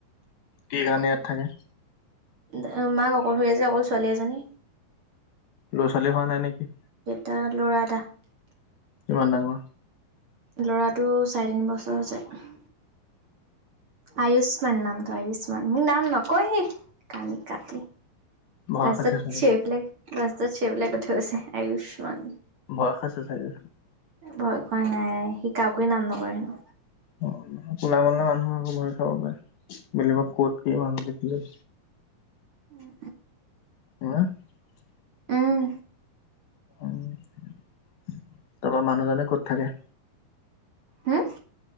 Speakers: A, on the left; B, on the right.
A: কি কাৰণে ইয়াত থাকে।
B: মাক অকলশৰীয়া যে অকল ছোৱালী এজনী।
A: ল'ৰা-ছোৱালী হোৱা নাই নেকি।
B: তা ল'ৰা এটা।
A: কিমান ডাঙৰ।
B: ল'ৰাটো চাৰে তিনি বছৰ হৈছে। আয়ুস্মান নামটো আয়ুস্মান মোক নাম নকয়হি কানি কাটি।
A: ভয়
B: ৰাস্তাত
A: খাইছে চাগে
B: চিাইবিলাক ৰাস্তাত চিবেলাই কথা কৈছে আয়ুস্মান।
A: বয়স আছে চাগে।
B: ভয় নাই সি কাকোয় নাম নকৰে হেনো।
A: অ কোলা মলে মানুহ আকৌ ভৰি খাব পাৰে বিব ক'ত কি মানুহ দেখিলি।
B: উম
A: <unintelligible>
B: উম।
A: উম তাৰপৰা মানুহজনে ক'ত থাকে।
B: হম